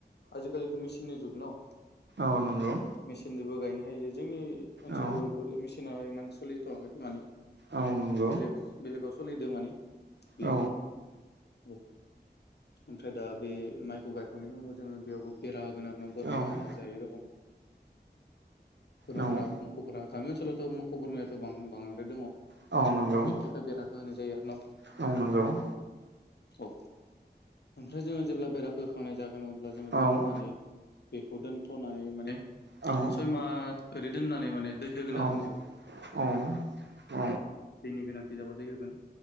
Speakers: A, on the left; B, on the right.
A: आजिखालिथ' मेसिन जुग न।
B: आ नांगौ।
A: मेसिनजोंबो गायनो हायो जोंनि ओनसोलाव
B: औ
A: बेफोर मेसिना इमान सोलिथ'वाखै माने
B: औ नंगौ।
A: बेलेग बेलेगाव सोलिदों माने बियो।
B: औ
A: औ ओमफ्राय दा बे माइखौ गाख थांनायनि उनाव जोङो बेयावबो बेरा होगोन आरो ना
B: औ
A: बोरमाया जायो रखम। बोरमाफोरा
B: औ
A: मोखौफोरा गामि ओनसोलावथ' मोखौ बोरमायाथ' बां-बांद्राय दङ।
B: औ नंगौ
A: बेनि थाखाय बेराखौ होनाय जायो आरो न'।
B: औ नंगौ
A: औ ओमफ्राय जोङो जेब्ला बेराखौ। थांनाय जागोन अब्ला जोङो
B: औ
A: दोननानै बेखौ दोनथ'नानै माने
B: औ
A: सयमा ओरै दोननानै माने दै होगोन
B: औ
A: आरो नोंयाव।
B: औ
A: दैनि गोनांथि जाबा दै होगोन।